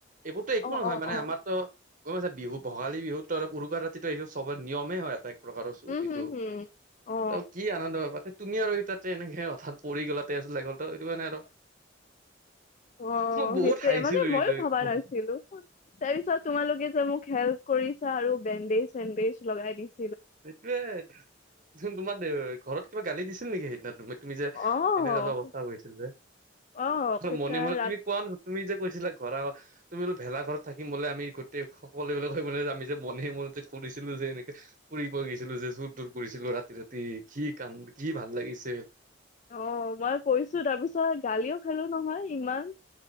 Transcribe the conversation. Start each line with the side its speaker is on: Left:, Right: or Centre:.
Right: এইবোৰতো একো
Left: অ
Right: নহয়
Left: অ
Right: মানে
Left: অ
Right: আমাৰতো গম পাইছা বিহু ভোগালী বিহুতো আৰু উৰুকা ৰাতিটো এইটো চবৰে নিয়মে হয় এটা প্ৰকাৰৰ চোৰ
Left: উম
Right: এইটো,
Left: হম হম অ
Right: তো কি আনন্দ তাতে তুমি আৰু তাতে এনেকে হঠাৎ পৰি গ'লা তেজ ওলাই গ'ল ত এইটো কাৰণে আৰ
Left: অ',
Right: মই বহুত
Left: সেইটোয়ে
Right: হাঁহিছিলোঁ
Left: মানে ময়ো
Right: এইটোত
Left: ভবা নাছিলো। তাৰপিছত তোমালোকে যে মোক হেল্প কৰিছা আৰু বেণ্ডেজ-চেণ্ডেজ লগাই দিছা
Right: সেইটোয়েই, তোমাৰ ঘৰত কিবা গালি দিছিল নেকি সেইদিনা তুমাক? তুমি যে
Left: অ',
Right: এনেকুৱা যে অৱস্থা হৈছিল যে,
Left: অ', কেকা
Right: মনে মনে
Left: ৰাত
Right: তুমি কোৱা নহয় তুমি যে কৈছিলা ঘৰ তুমি বোলে ভেলা ঘৰত থাকিম বোলে আমি গোটেই সকলোবিলাক যে আমি যে মনে মনে যে ফুৰিছিলো যে এনেকে ফুৰিব গৈছিলো যে চোৰ-থুৰ কৰিছিলো ৰাতি ৰাতি কি কান কি ভাল লাগিছিল।
Left: অহ মই কৈছো তাৰপিছত গালিও খালো নহয় ইমান